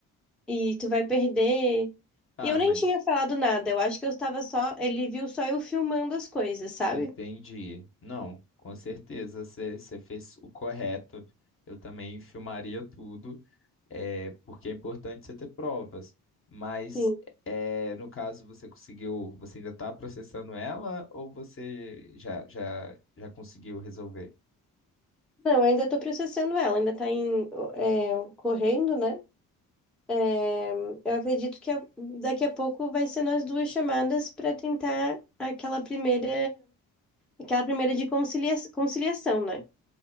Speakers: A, in the centre; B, on the left.
A: e tu vai perder.
B: Ah,
A: E eu nem
B: mas
A: tinha falado nada, eu acho que eu estava só. Ele viu só eu filmando as coisas, sabe?
B: entendi. Não, com certeza você você fez o correto. Eu também filmaria tudo. é, porque é importante você ter provas. Mas
A: Sim.
B: é, no caso você conseguiu, você ainda está processando ela ou você já, já, já conseguiu resolver?
A: Não, eu ainda tô processando ela, ainda tá em, é, correndo, né? É, eu acredito que a- daqui a pouco vai ser nós duas chamadas para tentar aquela primeira, aquela primeira de concilia- conciliação, né?